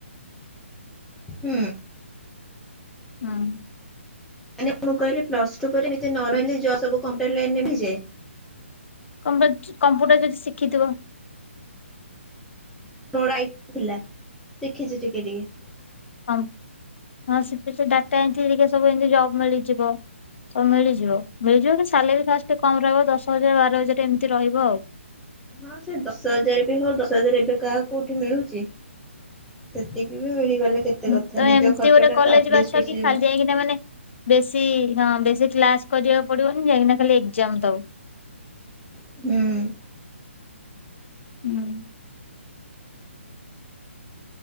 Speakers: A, in the centre; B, on the left (about 60°).
A: ହୁଁ।
B: ହଁ।
A: ମାନେ ମୁଁ କହିଲି ପ୍ଲସ୍ ଟୁ ପରେ ଏମିତି ନ ରହିଲେ ଜ ସବୁ କମ୍ପ୍ୟୁଟର ଲାଇନରେ ହେଇଯାଏ?
B: ବଟ କମ୍ପୁଟର ଯଦି ଶିଖିଥିବ।
A: ମୋର ଆଇଡ଼ି ଥିଲା ଶିଖିଛି ଟିକେ ଟିକେ।
B: ହଁ ହଁ ସେ ଡାଟା ଏମିତି ଟିକେ ସବୁ ଏମିତି ଜବ୍ ମିଳିଯିବ। ସବୁ ମିଳିଯିବ ମିଳିଯିବ କି ସାଲେରୀ ଫାଷ୍ଟ୍ କମ୍ ରହିବ ଦଶ ହଜାର୍, ବାର ହଜାର୍ ଏମିତି ରହିବ ଆଉ।
A: ହଁ ସେ ଦଶ ହଜାର ବି ହଉ ଦଶ ହଜାର ଏବେ କାହାକୁ କୋଉଠି ମିଳୁଛି। ସେତିକି ବି ମିଳିଗଲେ କେତେ।
B: ହୁଁ
A: କଥା
B: ତ
A: ନିଜ
B: ଏମିତି
A: ଖର୍ଚ୍ଚ
B: ଗୋଟେ
A: ଟା
B: କଲେଜ
A: ତ ଆଟଲିଷ୍ଟ
B: ରେ ଅଛ
A: ଉଠିଯିବ।
B: କି ଖାଲି ଯାଇକି ନା ମାନେ ବେଶୀ ହଁ ବେଶୀ କ୍ଲାସ୍ କରିବାକୁ ପଡ଼ିବନି। ଯାଇକି ଖାଲି ଏକ୍ସାମ ଦଉ।
A: ହୁଁ।
B: ହୁଁ।